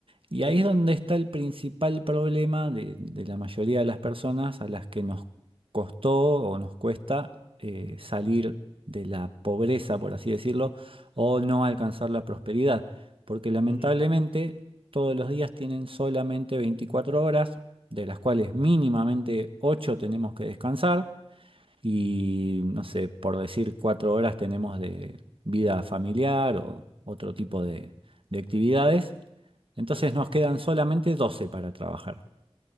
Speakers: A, on the right; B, on the left.
A: Y ahí
B: Sí,
A: es donde está el principal problema de, de la mayoría de las personas a las que nos costó o nos cuesta eh, salir de la pobreza, por así decirlo, o no alcanzar la prosperidad. Porque lamentablemente
B: ujú,
A: todos los días tienen solamente 24 horas, de las cuales mínimamente 8 tenemos que descansar y, no sé, por decir 4 horas tenemos de vida familiar o otro tipo de, de actividades. Entonces
B: sí,
A: nos quedan solamente 12 para trabajar.